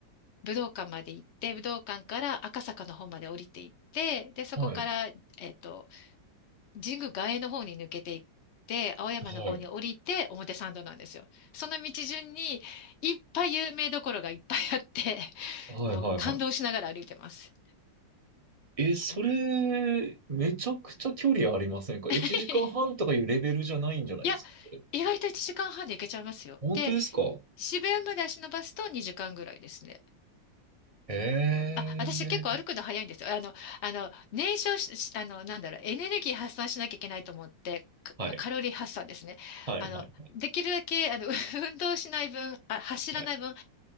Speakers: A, on the left (about 70°); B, on the right (about 40°).
A: 武道館まで行って、武道館から赤坂の方まで降りていって、で、そこから、
B: はい。
A: えっと、神宮外苑の方に抜けていって、青山の方に降りて表参道なんですよ。
B: はい。
A: その道順にいっぱい有名どころがいっぱいあって、<laughs>
B: はいはいは
A: もう感動しながら歩いてます。
B: い。え、それ、
A: はい
B: めちゃくちゃ距離ありませんか
A: <laughs>
B: ?1 時間半とかいうレベルじゃないんじゃないですかこれ
A: いや、意外と1時間半で行けちゃいますよ。
B: 本当ですか
A: で、渋谷まで足伸ばすと2時間ぐらいですね。
B: え
A: あ、私結構歩くの早いんですよ。
B: え
A: あの、あの、燃焼し、しあの、なんだろう、エネルギー発散しなきゃいけないと思って、
B: はい。
A: カカロリー発散ですね。
B: はい、
A: あの、
B: はい、
A: できるだけ、あの、<laughs> 運動しない分、あ、走らない分、
B: はい。